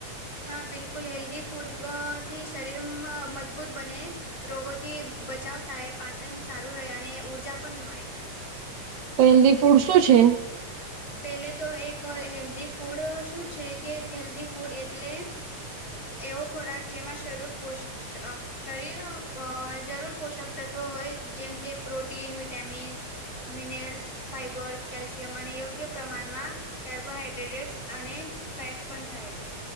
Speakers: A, on the left (about 30°); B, on the right (about 75°).
A: હા બિલકુલ હેલ્ધી ફૂડ વથી શરીર મ મજબૂત બને. રોગોથી બચાવ થાય પાચન સારું રહે અને ઊર્જા પણ મળે.
B: હેલ્ધી ફૂડ શું છે?
A: પેલેતો એક હેલ્દી ફૂડ શું છે કે હેલ્ધી ફૂડ એટલે એવો ખોરાક જેમાં શરૂર પોસ અ શરીર અ જરૂર પોષક તત્ત્વો હોય જેમ કે protein vitamins. Minerals fibre calcium જે અને યોગ્ય પ્રમાણમાં કાર્બોહાઈડ્રેટ્સ અને ફેટ્સ પણ થાય છે.